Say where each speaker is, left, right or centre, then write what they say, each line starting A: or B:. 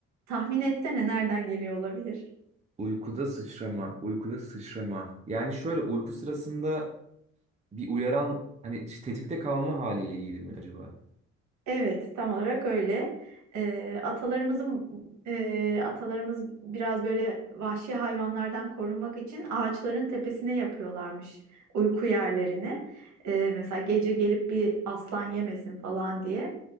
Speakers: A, on the right; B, on the right.
A: Tahmin etsene nereden geliyor olabilir?
B: Uykuda sıçrama, uykuda sıçrama. Yani şöyle uyku sırasında bir uyaran hani tetikte kalma haliyle ilgili mi acaba?
A: Evet, tam olarak öyle. Ee, atalarımızın e, atalarımız biraz böyle vahşi hayvanlardan korunmak için ağaçların tepesine yapıyorlarmış uyku yerlerini. Ee, mesela gece gelip bir aslan yemesin falan diye.